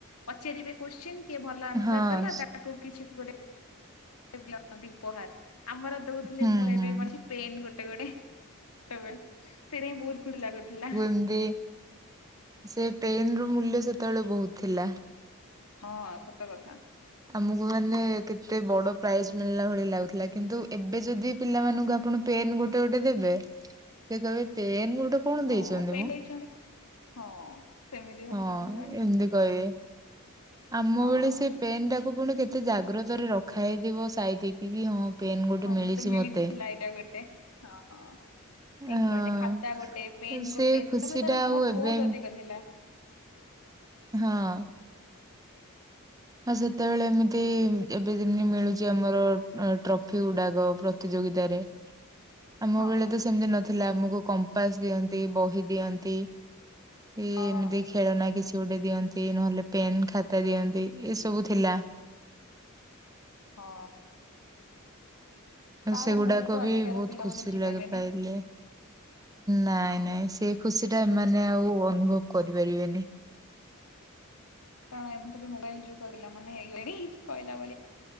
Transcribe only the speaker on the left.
ପଚାରିବେ କୋଶ୍ଚିନି କିଏ ଭଲ ଆନ୍ସର
ଦେଲା ତା ତାକୁ କିଛି ଗୋଟେ ଦିଅନ୍ତି ଉପହାର ଆମର ଦଉଥିଲେ
ମୋର
ଏବେ ବି ମନେ ଛି ପେନ୍ ଗୋଟେ ଗୋଟେ ସ ସେଟ ବହୁତ ଖୁସି ଲାଗୁଥିଲା।
ହଁ ସତ କଥା।
ହଁ
ପେନ୍
ଦେଇଛନ୍ତି ହଁ ସେମିତି ଭାବୁଛନ୍ତି
ସେମାନେ
ହଁ
ହଁ
ମିଳିଥିଲା
ଏଇଟା ଗୋଟେ ହଁ ଠିକ
କହିଲେ ଖାତା ଗୋଟେ ପେନ୍
ଗୋଟେ
ସେତେବେଳେ ତାର
ମହତ୍ଵ
ବହୁତ ଅଧିକ ଥିଲା
ହଁ
ହଁ
ହଁ। ତାର
ମହତ୍ଵ
ଆଜିକାର
ପିଲାମାନେ
ବୁଝିପାରିବେନି
ହଁ
କାରଣ ଏମ ତ ମୋବାଇଲ ଯୁଗ ମାନେଇଗଣି କହିଲା